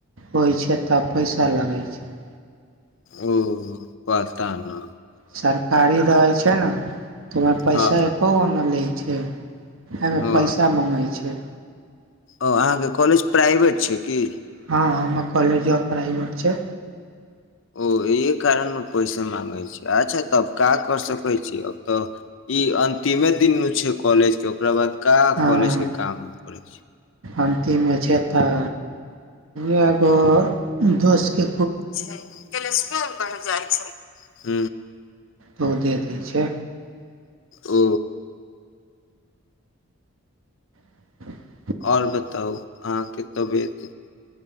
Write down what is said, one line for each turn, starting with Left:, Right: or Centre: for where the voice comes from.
Right: होइ छै तब पैसा लगै छै
Left: ओ पता ने
Right: सरकारी रहै छै ने तऽ ओहिमे पैसा
Left: हँ
Right: एक्को गो नहि लै छै एहिमे
Left: हँ
Right: पैसा मँगैत छै
Left: ओ अहाँके कॉलेज प्राइवेट छै कि
Right: हँ हमर कॉलेज प्राइवेट छै
Left: ओ इहे कारण मे पैसा माँंगै छै अच्छा त का कर सकै छी अब तऽ इ अंतिमे दिन न छै कॉलेज के ओकरा बाद का
Right: हँ
Left: कॉलेज के काम पड़ै छै
Right: अन्तिमे छै तऽ यगो दोस्तके
Left: छै <unintelligible> बढ जाइ छै ह
Right: लोको दऽ दै छै
Left: ओ
Right: <inaudible>
Left: आओर बताउ अहाँके तबियत